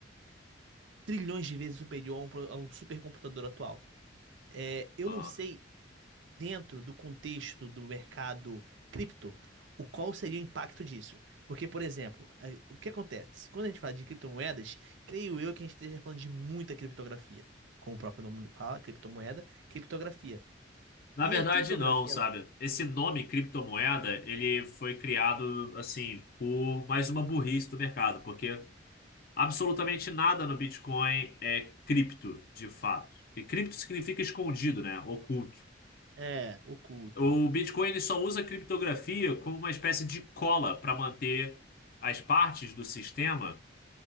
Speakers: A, on the right; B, on the left.
A: trilhões de vezes superior a um, pro- a um supercomputador atual. É, eu
B: Aham.
A: não sei dentro do contexto do mercado cripto, o qual seria o impacto disso? Porque, por exemplo, eh, o que acontece? Quando a gente fala de criptomoedas, creio eu que a gente esteja falando de muita criptografia. Como o próprio nome fala, criptomoeda, criptografia.
B: Na
A: E
B: verdade,
A: a criptografia,
B: não, sabe?
A: ela
B: Esse nome criptomoeda, ele foi criado, assim, por mais uma burrice do mercado, porque absolutamente nada no Bitcoin é cripto, de fato. E cripto significa escondido, né? Oculto.
A: é oculto.
B: O Bitcoin, ele só usa a criptografia como uma espécie de cola para manter as partes do sistema